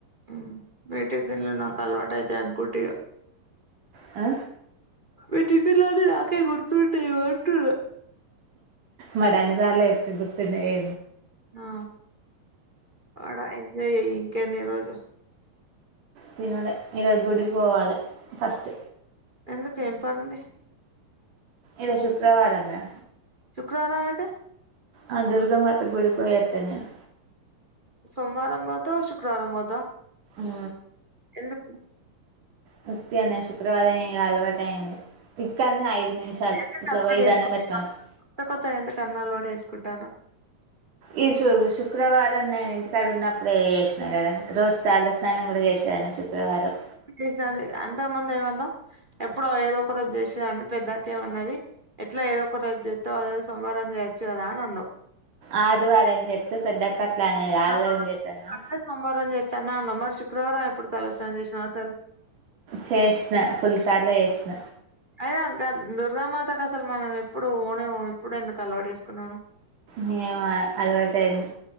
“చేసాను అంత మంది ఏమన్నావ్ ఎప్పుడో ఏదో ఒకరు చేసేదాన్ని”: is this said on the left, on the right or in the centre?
Right